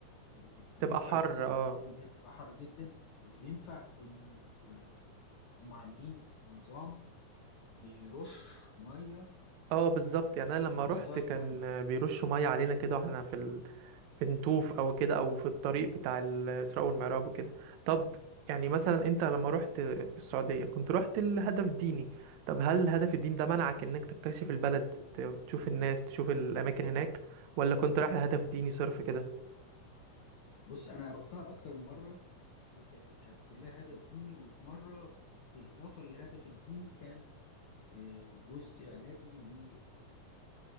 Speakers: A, on the left; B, on the right.
A: اللي بينفع
B: تبقى حر
A: الناس
B: اه
A: بالرغم ان هي بتبقى حر جدا اللي بينفع انه آه، هم عاملين نظام بيرش مية
B: اه بالظبط يعني أنا لما
A: رذاذ
B: روحت كان
A: مية
B: آه، بيرشوا مية علينا كده واحنا في ال... في نطوف أو كده أو في الطريق بتاع الإسراء والمعراج وكده طب يعني مثلا أنت لما روحت السعودية كنت روحت لهدف ديني طب هل هدف الدين ده منعك إنك تكتشف البلد ت- تشوف الناس تشوف الأماكن هناك ولا كنت رايح لهدف ديني صرف كده
A: بص انا رحتها اكتر من مرة فك- كانت كلها هدف ديني وفي مرة بالاضافة للهدف الديني كان آه، جزء علاجي ل